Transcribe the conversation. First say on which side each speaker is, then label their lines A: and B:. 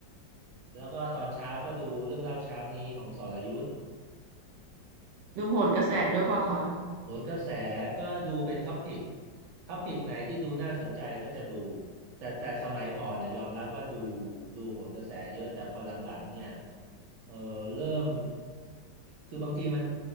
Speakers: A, on the right; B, on the right.
A: แล้วก็ตอนเช้าก็ดูเรื่องเล่าเช้านี้ของสรยุทธ์
B: ดูโหนกระแสด้วยปะคะ
A: โหนกระแสก็ดูเป็นท็อปิกท็อปิกไหนที่ดูน่าสนใจก็จะดูแต่แต่สมัยก่อนนะยอมรับว่าดูดูโหนกระแสเยอะแต่พอหลังๆเนี่ยเออเริ่มคือบางทีมัน